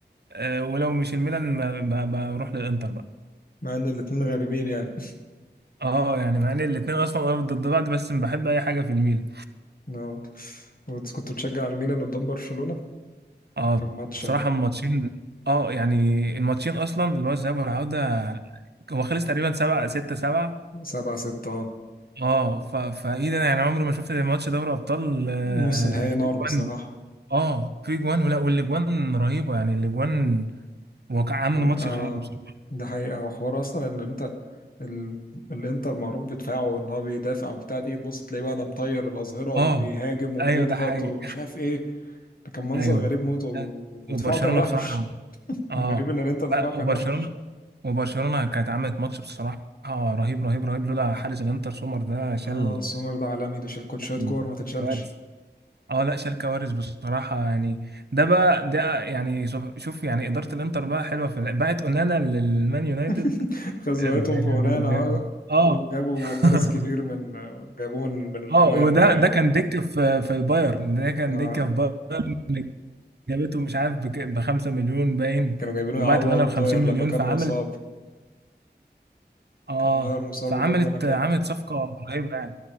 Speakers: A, on the right; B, on the left.
A: آه ولو مش الميلان ما- ما- بروح للانتر بقى
B: مع ان الاتنين غارمين يعني
A: اه آه، يعني مع ان الاثنين اصلا أرض ضد بعض بس بحب اي حاجه في الميلان
B: <laughs> اه وت- كنت بتشجع الميلان قدام برشلونه
A: اه
B: كان ماتش
A: بصراحه
B: آه،
A: الماتشين اه يعني الماتشين اصلا اللي هو الذهاب والعوده هو خلص تقريبا سبعة ستة سبعة
B: سبعة ستة اه
A: اه ف... فايه ده انا يعني عمري ما شفت ماتش دوري ابطال آه،
B: نص نهائي نار
A: في
B: بصراحه
A: جوان اه في جوان ولا والاجوان رهيبه يعني الاجوان هو كان عامل ماتش
B: اه
A: خيالي بصراحه
B: ده حقيقة وحوار أصلا إن أنت ال... الانتر معروف بدفاعه ان هو بيدافع وبتاع تيجي تبص تلاقيه بقى ده مطير الاظهره وبيهاجم
A: اه
B: وبيضغط
A: ايوه ده حقيقي
B: ومش عارف ايه ده كان منظر
A: ايوه
B: غريب موت و...
A: لا،
B: ودفاعه
A: وبرشلونه
B: كان وحش
A: بصراحه
B: <laughs>
A: اه
B: غريب ان الانتر
A: ب-
B: دفاعه كان
A: وبرشلونه
B: وحش
A: وبرشلونه كانت عملت ماتش بصراحه رهيب رهيب رهيب لولا حارس الانتر سومر ده شال
B: اه سومر ده عالمي ده شال كوت
A: شال
B: شويه كور ما تتشالش
A: كوارث اه لا شال كوارث بصراحه يعني ده بقى ده يعني شوف شوف يعني اداره الانتر بقى حلوه في ال- بقت اونانا للمان يونايتد
B: <laughs> خزويتهم
A: <laughs> ب- ب-
B: في ونانا اه
A: ب- اه
B: وجابوا
A: <laughs>
B: حارس كبير من جابوه من من البايرن
A: اه وده
B: باين
A: ده كان دكة في في البايرن ده كان
B: اه
A: دكة في بايرن اللي جابته مش عارف بك- بخمسة مليون باين
B: كانوا جايبينه
A: وبعت
B: يعوض
A: لنا بخمسين
B: داير
A: مليون
B: لما كان
A: فعملت
B: مصاب
A: اه
B: كان نوير مصاب
A: فعملت
B: وجابوا ده مكانه
A: عملت صفقة رهيبة يعني